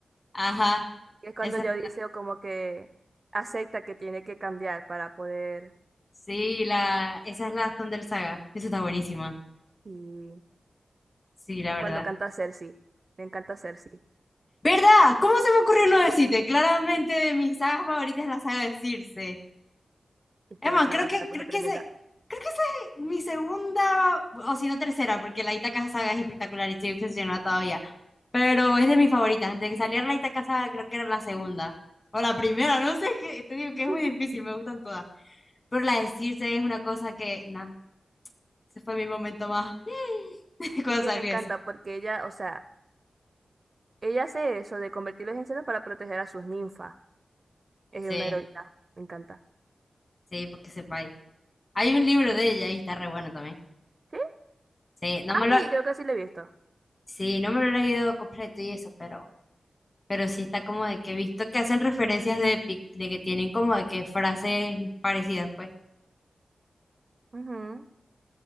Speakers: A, on the left (about 30°); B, on the right (about 40°).
A: Ajá.
B: Es cuando
A: Esa,
B: ya Odiseo como que acepta que tiene que cambiar para poder.
A: sí, la, esa es la Thunder saga. Esa está buenísima.
B: Y
A: Sí, la
B: o
A: verdad.
B: cuando canta Cersei. Me encanta Cersei.
A: ¿Verdad? ¿Cómo se me ocurrió no decirte? Claramente de mis sagas favoritas es la saga de Circe.
B: Es
A: Es
B: que
A: más,
B: chaval,
A: creo que,
B: es una cosa
A: creo
B: tremenda.
A: que ese, creo que esa es mi segunda, o si no tercera, porque la Itaca saga es espectacular y estoy obsesionada todavía. Pero es de mis favoritas. Antes de que saliera la Itaca saga, creo que era la segunda. O la primera, no sé, es que te digo que
B: <laughs>
A: es muy difícil, me gustan todas. Pero la de Circe es una cosa que, nada, ese fue mi momento más <laughs> cuando
B: Y que
A: salió
B: me encanta
A: eso.
B: porque ella, o sea, ella hace eso de convertirlos en cerdos para proteger a sus ninfas. Es
A: Sí,
B: una heroína. Me encanta.
A: sí, porque sepa. Hay un libro de ella y está re bueno también.
B: ¿Sí?
A: Sí, no
B: Ah,
A: me lo,
B: sí, creo que sí lo he visto.
A: sí, no me lo he leído completo y eso, pero, pero sí está como de que he visto que hacen referencias de Epic, de que tienen como de que frases parecidas, pues,
B: Ujú.